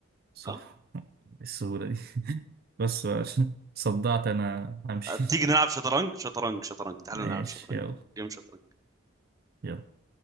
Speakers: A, on the right; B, on the right.
A: صح
B: اه
A: <laughs> السهولة دي <laughs> بس بقى عشان صدعت انا همشي <laughs>
B: تيجي نلعب شطرنج شطرنج شطرنج تعالوا
A: ماشي
B: نلعب شطرنج
A: يلا
B: جيم شطرنج
A: يلا